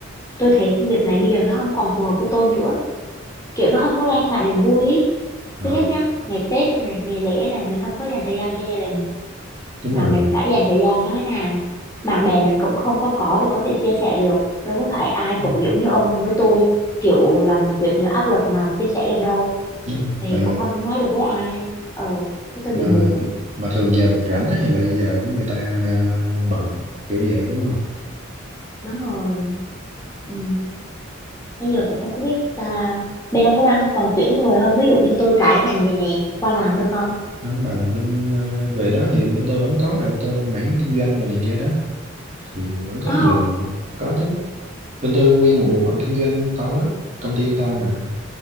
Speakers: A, on the left (about 15°); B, on the right (about 35°).
A: tôi thấy công việc này bây giờ nó không còn phù hợp với tôi nữa kiểu nó không có đem lại niềm vui ý.
B: à,
A: thứ nhất nhá ngày Tết này ngày lễ này mình không có dành thời gian cho gia đình
B: đúng
A: mà
B: rồi
A: mình phải dành thời gian cho khách hàng bạn bè mình cũng không có có để có thể chia sẻ được đâu có phải ai
B: Ừ,
A: cũng giống như ông với tôi kiểu làm việc những áp lực mà chia sẻ được đâu
B: đúng
A: thì
B: mà
A: cũng không nói được với ai ờ cái tôi
B: mà
A: bị buồn ấy
B: mà thường giờ mình rảnh á thì lại giờ của người ta à, bận kiểu vậy đúng không
A: đúng rồi ừ. bây giờ cũng không có biết sao bên ông có đang còn tuyển người không ví dụ như tôi trải ngành vậy nè qua làm được không
B: không bà là bên à, về đó thì bên tôi vẫn có mà bên tôi là mảng kinh doanh rồi này kia đó thì vẫn có
A: có
B: nhiều
A: không
B: mà có chứ bên tôi nguyên một bộ phận kinh doanh to lắm công ty to mà